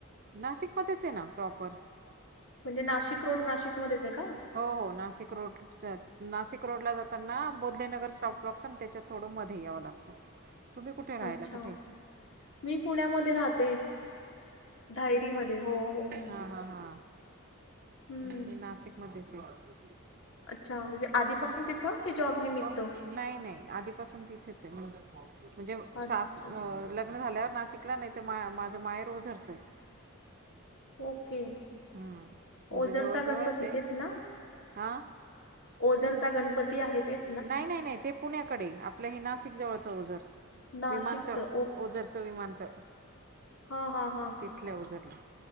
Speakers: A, on the right; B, on the left.
A: नाशिकमध्येच आहे ना प्रॉपर.
B: म्हणजे नाशिक रोड, नाशिकमध्येच आहे का?
A: हो.. हो... नाशिक रोड. नाशिक रोडला जातांना, बोधलेनगर स्टॉप लागतो ना, त्याच्या थोडं मध्ये यावं लागतं. तुम्ही कुठे राहायला
B: अच्छा....
A: कुठे
B: मी पुण्यामध्ये रहाते. धायरीमध्ये हो... हो...
A: हा.. हा.. हा...
B: हं.
A: मी नाशिकमध्येच आहे.
B: अच्छा.... म्हणजे आधीपासून तिथं की जॉब? निमित्त?
A: हो, नाही -नाही... आधीपासून तिथेच आहे, म्हणजे
B: अच्छा.
A: सास.. अ.. लग ग्न झाल्यावर नाशिकला, नाही तर मा.. माझं माहेर ओझरच आहे.
B: ओ. के.
A: हम्म. म्हणजे
B: ओझरचा
A: जवळजवळच
B: गणपती
A: आहे
B: तेचं ना?
A: हां
B: ओझरचा गणपती आहे तेचं.
A: नाही.. नाही.. नाही ते पुण्याकडे, आपलं हे नाशिक जवळचं ओझर.
B: नाशिकचं.
A: विमानतळ... ओझरचं विमानतळ
B: हा.. हा... ह..
A: तिथल्या ओझरला